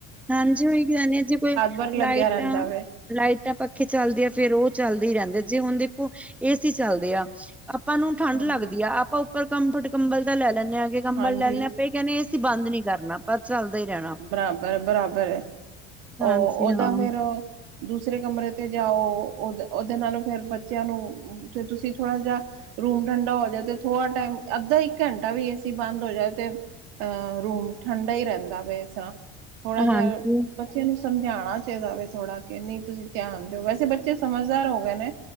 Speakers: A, in the centre; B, on the right.
A: ਹਾਂਜੀੇ ਓਈ ਕੇਹਨੇ ਆ ਜੇ ਕੋਈ
B: ਭਰ ਲੱਗਿਆ
A: ਲਾਈਟਾਂ
B: ਰਹਿੰਦਾ ਵ
A: ਲਾਈਟਾਂ, ਪੱਖੇ ਚੱਲਦੇ ਆ ਫੇਰ ਓ ਚੱਲਦੇ ਹੀ ਰੇਨਦੇ ਆ। ਜੇ ਹੁਣ ਦੇਖੋ ਏਸੀ ਚੱਲਦੇ ਆ ਆਪਾਂ ਨੂੰ ਠੰਢ
B: ਹਾਂਜੀ
A: ਲੱਗਦੀ ਆ, ਆਪਾਂ ਉੱਪਰ ਕੰਫਟ ਕੰਬਲ ਤਾਂ ਲੈ ਲੈਂਦੇ ਹਾਂ। ਕੰਬਲ
B: ਹਾਂਜੀ
A: ਲੈ ਲਨੇ ਆਪਾਂ ਇਹ ਕੇਹਨੇ ਆ ਅਸੀਂ ਬੰਦ ਨਈ ਕਰਨਾ ਪਰ ਚੱਲਦਾ ਹੀ ਰੇਨਾ।
B: ਬਰਾਬਰ-ਬਰਾਬਰ ਏ, ਉਹ
A: ਹਾਂਜੀ ਹਾਂ,
B: ਦਾ ਫੇਰ ਓ ਦੂਸਰੇ ਕਮਰੇ ਤੇ ਜਾਓ। ਓ ਦੇ ਉਹਦੇ ਨਾਲੋਂ ਫੇਰ ਬੱਚਿਆਂ ਨੂੰ ਫਿਰ ਤੁਸੀਂ ਥੋੜਾ ਜਿਹਾ ਰੂਮ ਠੰਡਾ ਹੋ ਜਾਏ ਤੇ ਥੋੜਾ ਟਾਈਮ ਅੱਧਾ ਇੱਕ ਘੰਟਾ ਵੀ ਏਸੀ ਬੰਦ ਹੋ ਜਾਏ ਤੇ ਅਹ ਰੂਮ ਠੰਢਾ ਹੀ ਰੇਨਦਾ ਵੇ ਇਸ ਤਰ੍ਹਾਂ, ਥੋੜਾ ਜਿਹਾ
A: ਹਾਂਜੀ,
B: ਬੱਚਿਆਂ ਨੂੰ ਸਮਝਣਾ ਚਾਹੀਦਾ ਵੇ ਥੋੜਾ ਕਿ ਨਈ ਤੁਸੀਂ ਧਿਆਨ ਦਿਓ ਵੈਸੇ ਬੱਚੇ ਸਮਝਦਾਰ ਹੋ ਗਏ ਨੇ,